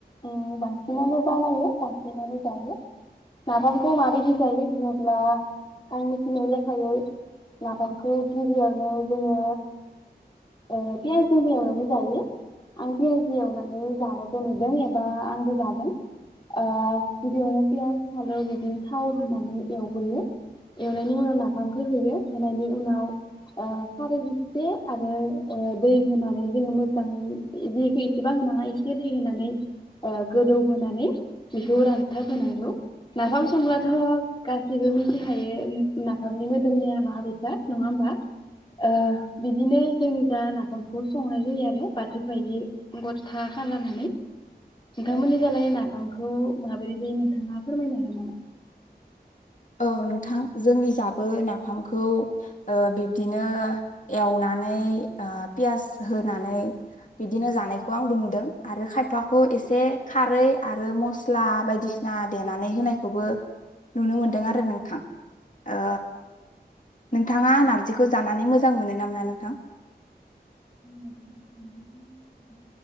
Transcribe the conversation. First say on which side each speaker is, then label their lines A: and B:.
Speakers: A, on the left; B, on the left.
A: ओ बांसिनानो बानायो बांसिनानो जायो। नाफामखौ माबायदि जायो होनोब्ला आं मिथिनाय लेखायै नाफामखौ गिबियावनो जोङो ओ पियासजोंबो एवनानै जायो आं पियासजों एवनानै जानायखौ नुदों एबा आंबो जादों ओ गिबियावनो पियास फानलु बिदिनो थाव होनानै एवग्रोयो एवनायनि उनाव नाफामखौ होयो। होनायनि उनाव ओ खारै इसे आरो ओ दै होनानै जोङो मोजाङै दैखौ एसेबा होनाङा एसे दै होनानै ओ गोदौ होनानै बेखौ रानथाब होनांगौ नाफाम संब्लाथ गासैबो मिथिखायो नाफामनि मोदोमनाया मा <unintelligible> नङा होमबा। ओ बिदिनो जों जा नाफाम बेखौ संनाय जायो आरो बाथोन बायदि गथा खालामनानै। नोंथांमोननि जालाय नाफामखौ माबोरै जायो नोंथाङा फोरमायनो हागोन नामा?
B: औ नोंथां जोंनि जाबो नाफामखौ ओ बिब्दिनो एवनानै ओ पियास होनानै बिदिनो जानायखौ आंबो नुदों आरो खायफाखौ एसे खारै आरो मस्ला बायदिसिना देनानै होनायखौबो नुनो मोनद दों आरो नोंथां। ओ नोंथाङा नार्जिखौ जानानै मोजां मोनो ना मोना नोंथां?
A: <inaudible>